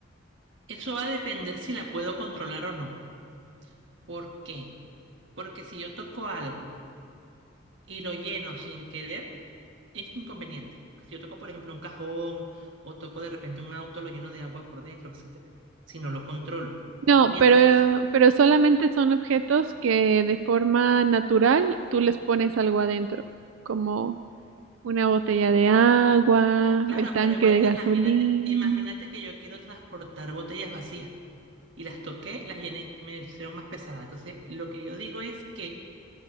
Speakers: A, on the right; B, on the right.
A: Eso va a depender si la puedo controlar o no. ¿Por qué? Porque si yo toco algo y lo lleno sin querer, Es inconveniente. porque Si yo toco, por ejemplo, un cajón o toco de repente un auto, lo lleno de agua por dentro, etcétera. Si no lo controlo.
B: No,
A: Mientras,
B: pero, pero solamente son objetos que de forma natural tú les pones algo adentro, como una botella de agua,
A: claro,
B: el tanque
A: pero igual
B: de gasolina.
A: imagínate, imagínate que yo quiero transportar botellas vacías y las toqué, las llené, me hicieron más pesadas. Entonces, lo que yo digo es que